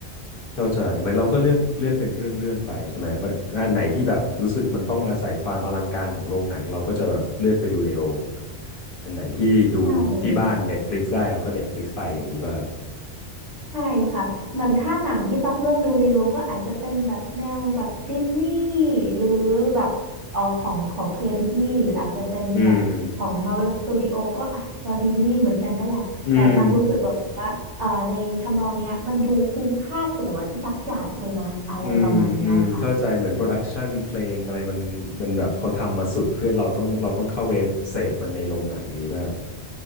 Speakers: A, on the left; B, on the right.
A: เข้าใจเหมือนเราก็เลือกเลือกเป็นเรื่องเรื่องไปใช่ไหมแบบอันไหนที่แบบรู้สึกมันต้องอาศัยความอลังการของโรงหนังเราก็จะแบบเลือกไปดูในโรงอันไหนที่ดูที่บ้าน
B: ใช่ค่ะ
A: Netflix ได้เราก็ Netflix ไปอย่างนี้ป่ะครับ
B: ใช่ค่ะเหมือนถ้าหนังที่ตักเลือกดูในโรงก็อาจจะเป็นแบบแนวแบบดิสนีย์หรือแบบเอ๋อของของเครือดิสนีย์หรืออาจจะเป็นแบบของ
A: อืม
B: Marvel Studio ก็อ่ะก็ดิสนีย์เหมือนกันนั่นแหละแต่ตักรู้สึกแบบว่าเอ่อในทำนองเนี้ยมันดูคุ้มค่าตั๋วที่ตักจ่ายไปนะอะไรประมาณเนี้ยค่ะ
A: อืมอืมอืมเข้าใจเหมือนโปรดักชันเพลงอะไรมันมันแบบเขาทำมาสุดเพื่อเราต้องเราต้องเข้าไปเสพมันในโรงหนังอย่างนี้ป่ะครับ